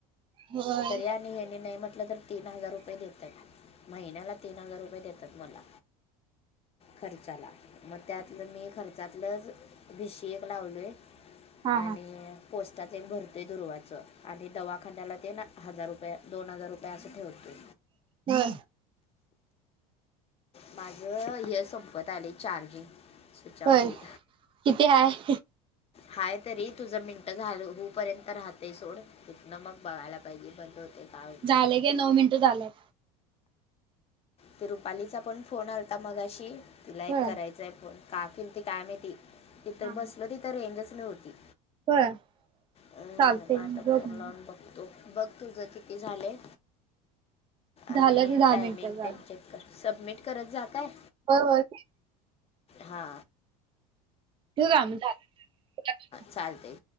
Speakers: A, on the right; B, on the left.
A: होय
B: तर आणि हे नाही म्हटलं तर तीन हजार रुपये देतात महिन्याला. तीन हजार रुपये देतात मला, खर्चाला. म त्यातलं मी खर्चातलं, भीशी एक लावलोय.
A: हां
B: आणि
A: हां
B: पोस्टात एक भरतेय दुरुवाच, आणि दवाखान्याला ते ना, हजार रुपये, दोन हजार रुपये, असं ठेवते.
A: ह.
B: माझ हे संपत आलय, चार्जिंग. स्विच ऑफ
A: होय
B: होईल.
A: किती हाय?
B: हाय तरी, तुझं मिनट झाल हो पर्यंत राहते सोड, तीथन मग कळायला पाहिजे बंद होते काय होते.
A: झाले गे नऊ मिनिटं झाल्यात.
B: ते रुपालीचा पण फोन आता मगाशी, तिला एक
A: होय.
B: करायचांय फोन. काकीन ते काय महीती, तिथं
A: हा हा
B: बसल तिथं रेंजच नव्हती.
A: होय
B: अं,
A: चालतय
B: मग
A: की
B: आता
A: दोन
B: फोन
A: मी
B: लावून बघतो बघ तुझ किती झालंय,
A: झालं
B: आणि
A: की दहा
B: टायमिंग
A: मिनिटं झालं.
B: त्यांच्ये सबमिट करत जा काय?
A: होय होय.
B: हा.
A: ठेवू का म झा <unintelligible>
B: चालतय.